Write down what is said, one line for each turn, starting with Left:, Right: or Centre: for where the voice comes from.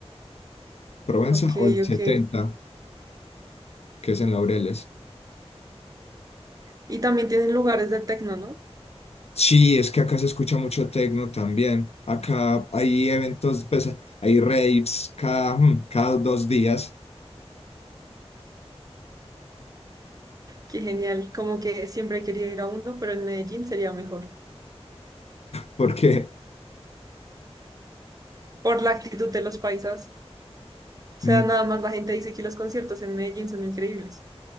Left: Provenza
Right: ok,
Left: o el
Right: ok.
Left: 70, que es en Laureles.
Right: Y también tienen lugares de tecno, ¿no?
Left: Sí, es que acá se escucha mucho tecno también. Acá hay eventos, pues hay raves cada, mm, cada dos días,
Right: Qué genial, como que siempre he querido ir a uno, pero en Medellín sería mejor,
Left: porque
Right: por la actitud de los paisas. O
Left: mm,
Right: sea, nada más la gente dice que los conciertos en Medellín son increíbles.